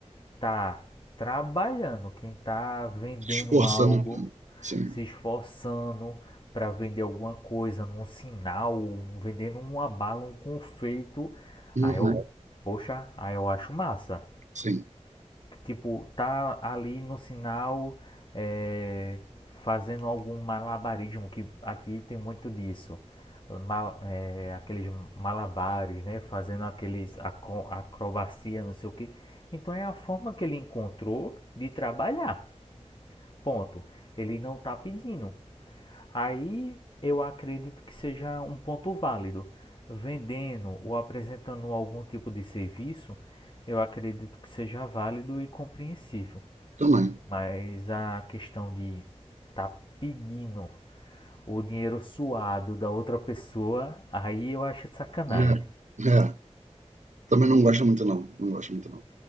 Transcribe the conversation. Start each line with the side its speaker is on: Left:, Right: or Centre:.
Left: está trabalhando, quem está vendendo
Right: Esforçando.
Left: algo,
Right: Sim.
Left: se esforçando para vender alguma coisa, num sinal, vendendo uma bala, um confeito.
Right: Uhum.
Left: Aí eu, poxa, aí eu acho massa
Right: Sim.
Left: tipo, tá ali no sinal é, fazendo algum malabarismo, que aqui tem muito disso. Ma- é, aqueles malabares, né? Fazendo aqueles acrobacia, não sei o que. Então é a forma que ele encontrou de trabalhar. Ponto. Ele não está pedindo. Aí eu acredito que seja um ponto válido. Vendendo ou apresentando algum tipo de serviço, eu acredito que seja válido e compreensível.
Right: Também.
Left: Mas a questão de tá pedindo o dinheiro suado da outra pessoa, aí eu acho sacanagem.
Right: É. É. Também não gosto muito, não. Não gosto muito, não.